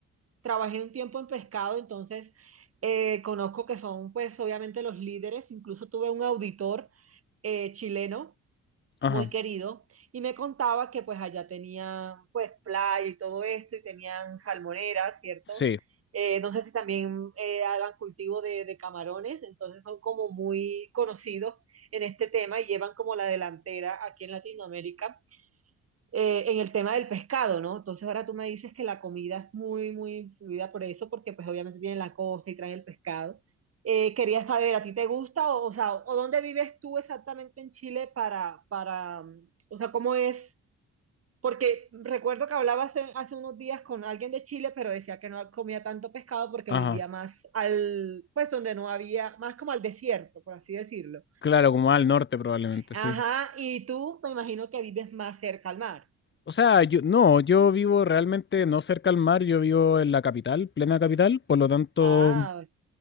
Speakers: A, on the right; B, on the left.
A: trabajé un tiempo en pescado, entonces eh, conozco que son, pues, obviamente los líderes. Incluso tuve un auditor eh, chileno
B: ajá,
A: muy querido, y me contaba que pues allá tenían pues playa y todo esto, y tenían salmoneras, ¿cierto?
B: sí,
A: Eh, no sé si también eh, hagan cultivo de, de camarones, entonces son como muy conocidos en este tema y llevan como la delantera aquí en Latinoamérica eh, en el tema del pescado, ¿no? Entonces ahora tú me dices que la comida es muy, muy influida por eso, porque pues obviamente tienen la costa y traen el pescado. Eh, quería saber, ¿a ti te gusta? O, o sea, ¿o dónde vives tú exactamente en Chile para, para, mm, o sea, cómo es? Porque recuerdo que hablaba hace, hace unos días con alguien de Chile, pero decía que no comía tanto pescado porque
B: ajá.
A: vivía más al, pues donde no había, más como al desierto, por así decirlo.
B: Claro, como al norte probablemente,
A: Ajá,
B: sí.
A: y tú me imagino que vives más cerca al mar.
B: O sea, yo, no, yo vivo realmente no cerca al mar, yo vivo en la capital, plena capital, por lo tanto,
A: Ah,